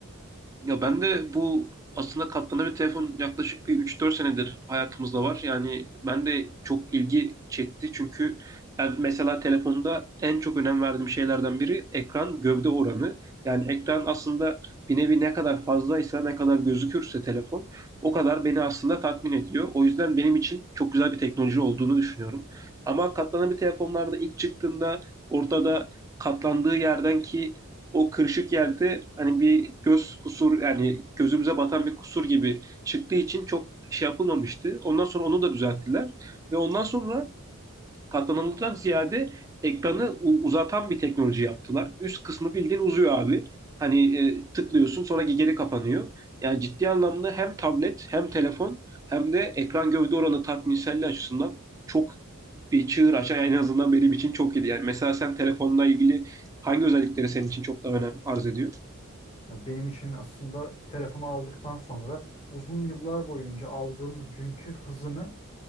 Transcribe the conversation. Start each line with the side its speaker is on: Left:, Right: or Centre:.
Right: Ya ben de bu aslında katlanabilir telefon yaklaşık bir üç dört senedir hayatımızda var. Yani ben de çok ilgi çekti çünkü ben mesela telefonda en çok önem verdiğim şeylerden biri ekran gövde oranı. Yani ekran aslında bir nevi ne kadar fazlaysa, ne kadar gözükürse telefon o kadar beni aslında tatmin ediyor. O yüzden benim için çok güzel bir teknoloji olduğunu düşünüyorum. Ama katlanabilir telefonlarda ilk çıktığında ortada katlandığı yerdenki o kırışık yerde hani bir göz kusur yani gözümüze batan bir kusur gibi çıktığı için çok şey yapılmamıştı. Ondan sonra onu da düzelttiler ve ondan sonra katlananlıktan ziyade ekranı u- uzatan bir teknoloji yaptılar. Üst kısmı bildiğin uzuyor abi. Hani e, tıklıyorsun sonra geri kapanıyor. Yani ciddi anlamda hem tablet hem telefon hem de ekran gövde oranı tatminselliği açısından çok bir çığır açan en azından benim için çok iyiydi. Yani mesela sen telefonla ilgili hangi özellikleri senin için çok daha önem arz ediyor?
Left: Ya benim için aslında telefonu aldıktan sonra uzun yıllar boyunca aldığım günkü hızını